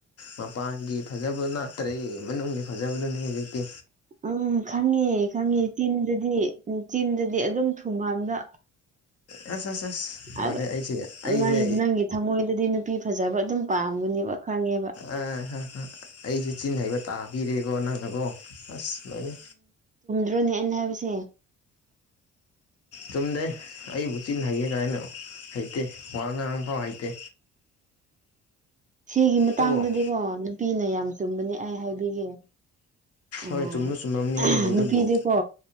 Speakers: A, on the left; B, on the right.
A: ꯃꯄꯥꯟꯒꯤ ꯐꯖꯕ ꯅꯠꯇ꯭ꯔꯦ ꯃꯅꯨꯡꯒꯤ ꯐꯖꯕꯗꯨ ꯍꯨꯖꯤꯛꯇꯤ
B: ꯎꯝ ꯈꯪꯉꯦ ꯈꯪꯉꯦ ꯆꯤꯟꯗꯨꯗꯤ ꯎ ꯆꯤꯟꯗꯨꯗꯤ ꯑꯗꯨꯝ ꯊꯨꯝꯃꯟꯕ
A: ꯑꯁ ꯑꯁ ꯑꯁ ꯂꯣꯏꯔꯦ
B: ꯑꯗꯨ
A: ꯑꯩꯁꯦ ꯑꯩꯁꯦ
B: ꯅꯩ ꯅꯪꯒꯤ ꯊꯃꯣꯏꯗꯗꯤ ꯅꯨꯄꯤ ꯐꯖꯕ ꯑꯗꯨꯝ ꯄꯥꯝꯒꯅꯦꯕ ꯈꯪꯉꯦꯕ
A: ꯑ ꯑꯩꯁꯨ ꯆꯤꯟ ꯍꯩꯕ ꯇꯥꯕꯤꯔꯦꯀꯣ ꯅꯪꯅꯀꯣ ꯑꯁ ꯂꯣꯏꯔꯦ
B: ꯑꯗꯨꯅꯤ ꯑꯩꯅ ꯍꯥꯏꯕꯁꯦ
A: ꯆꯨꯝꯗꯦ ꯑꯩꯕꯨꯆꯤꯟ ꯍꯩꯌꯦ ꯀꯥꯏꯅ ꯍꯩꯇꯦ ꯋꯥ ꯉꯥꯡꯐꯧ ꯍꯩꯇꯦ
B: ꯁꯤꯒꯤ ꯃꯇꯥꯡꯗꯗꯤꯀꯣ
A: ꯇꯣꯀꯣ
B: ꯅꯨꯄꯤꯅ ꯌꯥꯝ ꯆꯨꯝꯕꯅꯤ ꯑꯩ ꯍꯥꯏꯕꯤꯒꯦ ꯑ
A: ꯍꯣꯏ ꯆꯨꯝꯅ ꯆꯨꯝꯂꯝꯅꯤ
B: ꯑꯍꯝ
A: ꯑꯗꯨꯕꯨ
B: ꯅꯨꯄꯤꯗꯤꯀꯣ